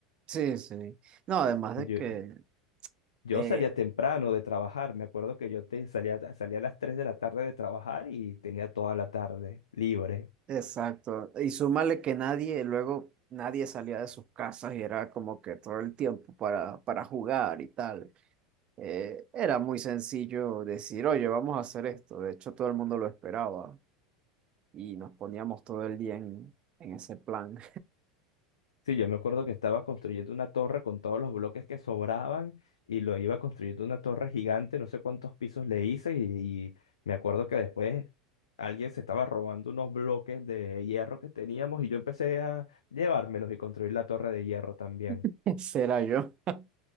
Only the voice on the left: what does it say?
Y
yo,
yo
salía temprano de trabajar. Me acuerdo que yo te salía, salía a las 3 de la tarde de trabajar y tenía toda la tarde libre.
Sí, yo me acuerdo que estaba construyendo una torre con todos los bloques que sobraban y lo iba construyendo una torre gigante, no sé cuántos pisos le hice y, y me acuerdo que después alguien se estaba robando unos bloques de hierro que teníamos y yo empecé a llevármelos y construir la torre de hierro también.